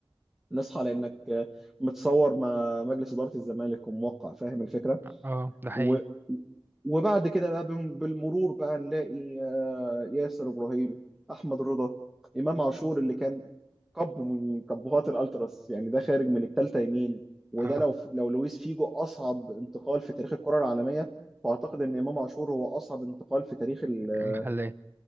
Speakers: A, in the centre; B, on the right.
A: نصحى لانك متصور مع مجلس اداره الزمالك وموقع فاهم الفكره
B: آه ده حقيقي
A: و... وبعد كده بقى بم- بالمرور بقى نلاقي آه، ياسر ابراهيم احمد رضا امام عاشور اللي كان كب من كبهات الالتراس يعني ده خارج من الثالثه يمين وده
B: آه
A: لو لو لويس فيجو اصعب انتقال في تاريخ الكره العالميه فاعتقد ان امام عاشور هو اصعب انتقال في تاريخ ال-
B: محلات